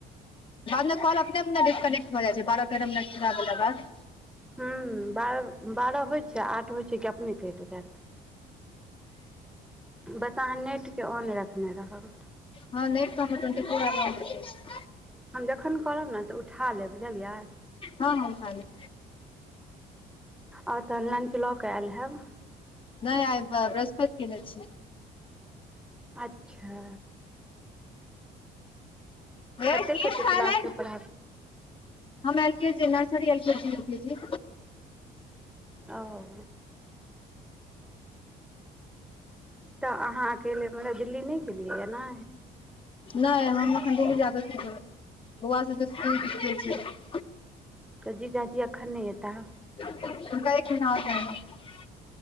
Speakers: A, on the left (about 30°); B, in the centre.
A: बाद मे कॉल अपने अपने डिकने्ट भए जाइ छै बारह तेरह मिनट क बाद
B: हूँ बारह बारह होइ छै आठ होइ छै कि अपने कटि जायत बस अहाँ नेटके ऑन रखने रहब
A: हँ नेट तऽ हमर टवेन्टीफोर आवर
B: हम जखन करब ने तऽ उठा लेब बुझलियै
A: हँ हँ उठा लैब
B: ओर तऽ लंच लऽ केऽ आयल हैब
A: नय आइ पैव बृहस्पति कने छी
B: अच्छा
A: हे
B: कते
A: कीप
B: कते
A: साइलेंट
B: क्लास के पढ़
A: हम L K G nursery L KG U KG
B: ओऽ तऽ अहाँ अकेले मने दिल्ली नय गेलियै य ने
A: नय हम अखन दिल्ली जाके कि करब बौआ सब के <inaudible>
B: त जीजाजी अखन नय ऐता
A: <inaudible>